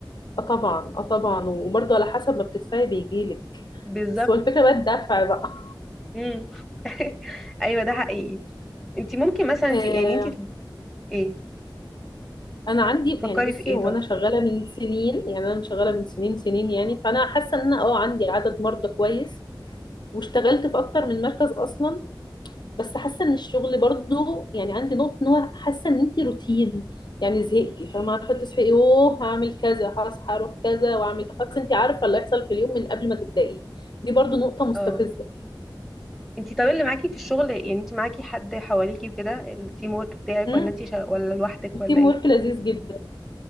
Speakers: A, on the left; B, in the centre.
A: اه طبعا اه طبعا وبرضه على حسب ما بتدفعي بيجيلك
B: بالظبط
A: بس هو الفكره بقى الدفع بقى
B: امم <laughs> ايوه ده حقيقي انت ممكن مثلا
A: آه
B: انت يعني انت ايه
A: انا عندي
B: بتفكري
A: يعني بصي
B: في ايه
A: هو
B: طيب
A: انا شغاله من سنين يعني انا شغاله من سنين سنين يعني فانا حاسه ان انا اه عندي عدد مرضى كويس واشتغلت في اكتر من مركز اصلا بس حاسه ان الشغل برضه يعني عندي نقطه ان هو حاسه ان انت روتين يعني زهقتي فما عارفه تصحي يوه هعمل كذا هصحى اروح كذا واعمل خلاص انت عارفه اللي هيحصل في اليوم من قبل ما تبدايه دي برضه نقطه مستفزه
B: اه انت طب اللي معاكي في الشغل يعني انت معاكي حد حواليكي وكده التيم ورك بتاعك
A: امم
B: ولا انت شا... ولا لوحدك
A: التيم
B: ولا ايه
A: ورك لذيذ جدا